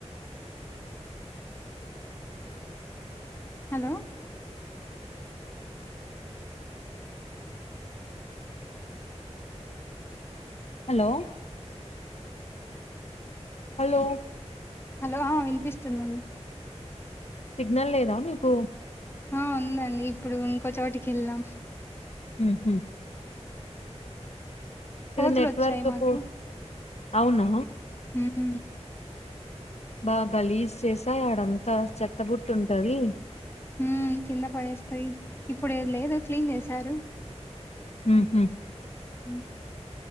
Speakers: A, on the left; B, on the left.
A: hello
B: hello hello
A: hello ఆ వినిపిస్తుందండి
B: సిగ్నల్ లేదా మీకు
A: ఆ ఉందండి ఇప్పుడూ ఇంకో చోటికి ఎళ్ళా
B: ఉహు
A: కోతులు
B: నెట్వర్క్
A: ఒచ్చాయ్ మాకు
B: పో అవునా
A: ఊహు
B: బా గలీజ్ చేసాయి ఆడంతా చెత్తబుట్ట ఉంటది
A: ఊ కింద పడేస్తయ్ ఇప్పుడు ఏద్ లేదు క్లీన్ చేసారు
B: ఊహు
A: ఉ